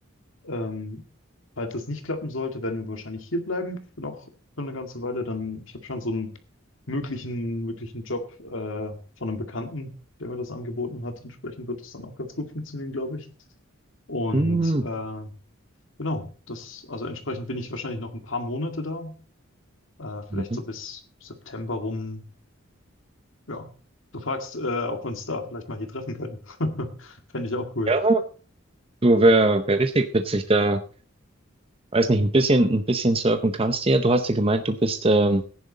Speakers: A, on the left; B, on the right.
A: ähm, falls das nicht klappen sollte, werden wir wahrscheinlich hier bleiben für noch für eine ganze Weile. Dann, ich habe schon so einen möglichen, möglichen Job äh, von einem Bekannten, der mir das angeboten hat. Entsprechend wird es dann auch ganz gut funktionieren, glaube ich. Und
B: hm.
A: äh, genau, das, also entsprechend bin ich wahrscheinlich noch ein paar Monate da, äh, vielleicht
B: Mhm.
A: so bis September rum. Ja, du fragst, äh, ob wir uns da vielleicht mal hier treffen können. <laughs> Fände ich auch cool.
B: Ja, du wär, wär richtig witzig da. Weiß nicht, ein bisschen, ein bisschen surfen kannst du ja. Du hast ja gemeint, du bist ähm,